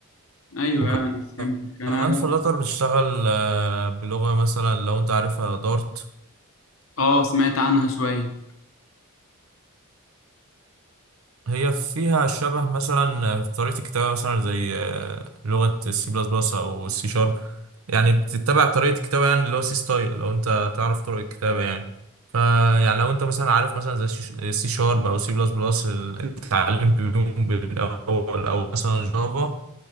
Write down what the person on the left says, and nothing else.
ايوه
ايوه انا فهمتك انا
اه سمعت عنها شويه